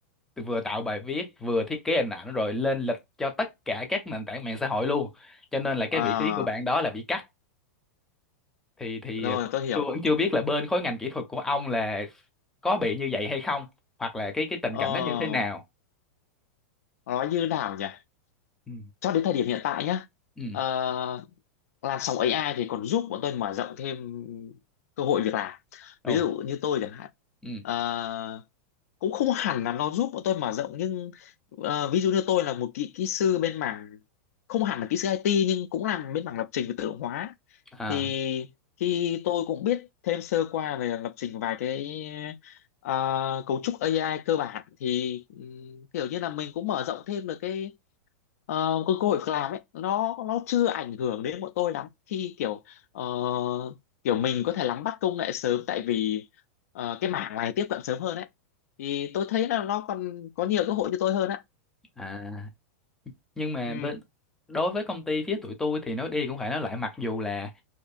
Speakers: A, in the centre; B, on the left.
A: vừa tạo bài viết, vừa thiết kế hình ảnh rồi lên lịch cho tất cả các nền tảng mạng xã hội luôn. Cho nên là cái
B: à
A: vị trí của bạn đó là bị cắt thì thì
B: rồi tôi hiểu
A: tôi vẫn chưa biết là bên khối ngành kỹ thuật của ông là có bị như vậy hay không hoặc là cái cái tình
B: ờ
A: cảnh nó như thế nào
B: nói như nào nhỉ
A: ừ
B: cho đến thời điểm hiện tại nhá
A: ừ
B: ờ, làn sóng AI thì còn giúp bọn tôi mở rộng thêm cơ hội việc làm
A: ồ
B: ví dụ như tôi chẳng hạn
A: ừ
B: Ờ, cũng không hẳn là nó giúp bọn tôi mở rộng nhưng ờ, ví dụ như tôi là một kỹ kỹ sư bên mảng không hẳn là kỹ sư IT nhưng cũng làm bên mảng lập trình và tự động hóa
A: à
B: thì khi tôi cũng biết thêm sơ qua về lập trình vài cái ờ, cấu trúc AI cơ bản thì ừm, kiểu như là mình cũng mở rộng thêm được cái ờ, cái cơ hội việc làm ấy nó nó chưa ảnh hưởng đến bọn tôi lắm khi kiểu ờ, kiểu mình có thể nắm bắt công nghệ sớm tại vì ờ, cái mảng này tiếp cận sớm hơn ấy thì tôi thấy là nó còn có nhiều cơ hội cho tôi hơn á
A: à nhưng mà
B: ừ
A: bên đối với công ty phía tụi tôi thì nói đi cũng phải nói lại mặc dù là